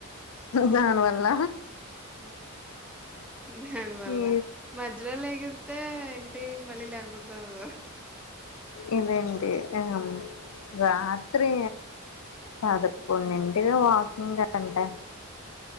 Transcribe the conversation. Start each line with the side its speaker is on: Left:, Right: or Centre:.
Left: దాని వల్ల
Centre: మ్మ్ దానివల్ల
Left: ఈ
Centre: మధ్యలో <unintelligible> ఇత్తే ఎంటి మళ్ళీ లేకపోతే <unintelligible>
Left: ఇదండి మ్మ్ ఇంగ రాత్రి పదకొండింటిగా వాకింగ్ కదంట